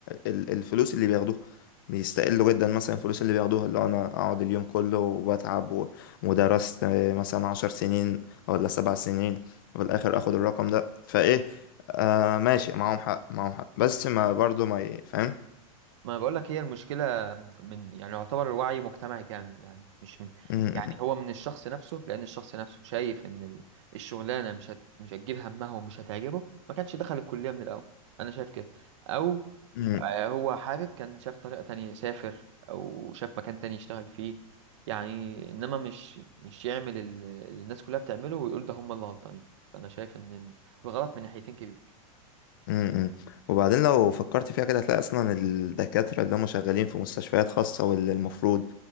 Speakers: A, on the left; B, on the right.
A: ال- الفلوس اللي بياخدوها بيستقلوا جدا مثلا الفلوس اللي بياخدوها اللي هو انا اقعد اليوم كله وبتعب و- ودرست آه، مثلا عشر سنين ولا سبع سنين وفي الاخر اخد الرقم ده فايه آه ماشي معاهم حق معاهم حق بس ما برضو ما ي- فاهم
B: ما بقول لك هي المشكلة من يعني يعتبر الوعي مجتمعي كامل يعني مش من
A: م-
B: يعني هو من الشخص نفسه لأن الشخص نفسه شايف إن ال- الشغلانة مش هت مش هتجيب همها ومش هتعجبه ما كانش دخل الكلية من الأول أنا شايف كده أو
A: م-
B: آه، هو حابب كان شاف طريقة تانية يسافر أو شاف مكان تاني يشتغل فيه يعني إنما مش مش يعمل ال- اللي الناس كلها بتعمله ويقول ده هم اللي غلطانين فأنا شايف إن الغلط من ناحيتين كبير
A: امم وبعدين لو فكرت فيها كده هتلاقي اصلا الدكاترة اللي هم شغالين في مستشفيات خاصة واللي المفروض